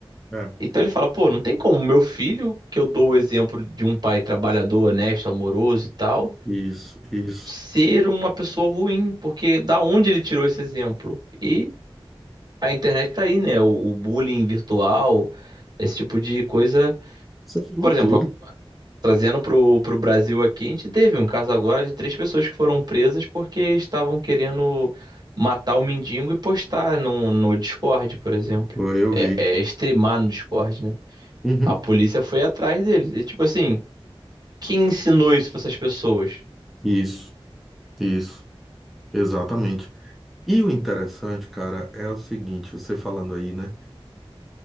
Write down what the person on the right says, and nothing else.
Então ele fala, pô, não tem como meu filho, que eu dou o exemplo de um pai trabalhador, honesto, amoroso e tal,
ser uma pessoa ruim, porque da onde ele tirou esse exemplo? E a internet tá aí, né? O, o bullying virtual, esse tipo de coisa.
Por exemplo,
Trazendo pro, pro Brasil aqui, a gente teve um caso agora de três pessoas que foram presas porque estavam querendo matar o mendigo e postar no, no Discord, por exemplo.
É, é streamar no Discord, né?
A polícia foi atrás deles. E tipo assim, quem ensinou isso pra essas pessoas?